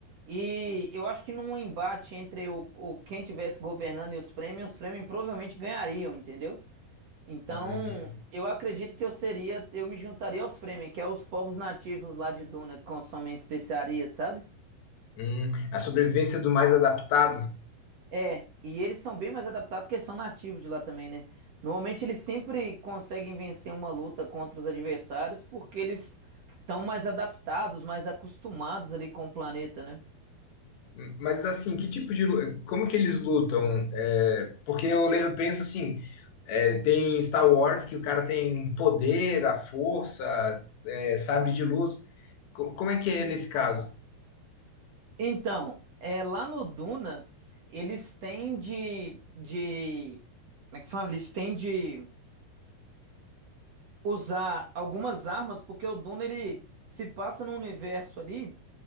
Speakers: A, on the right (about 60°); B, on the left (about 75°).
A: e eu acho que num embate entre o, o quem tivesse governando e os Fremen, os Fremen provavelmente ganhariam, entendeu? Então,
B: Uhum,
A: eu acredito que eu seria, eu me juntaria aos Fremen, que é os povos nativos lá de Duna que consomem especiarias, sabe?
B: uhum. A sobrevivência do mais adaptado.
A: É, e eles são bem mais adaptados porque são nativos de lá também, né? Normalmente eles sempre conseguem vencer uma luta contra os adversários porque eles estão mais adaptados, mais acostumados ali com o planeta, né?
B: Hum, Mas assim, que tipo de, lu- como que eles lutam? É, porque eu, le- eu penso assim, é, tem Star Wars que o cara tem poder, a força, é, sabre de luz. Co- Como é que é nesse caso?
A: Então, é, lá no Duna, eles têm de, de. Como é que fala? Eles têm de usar algumas armas, porque o Duna ele se passa num universo ali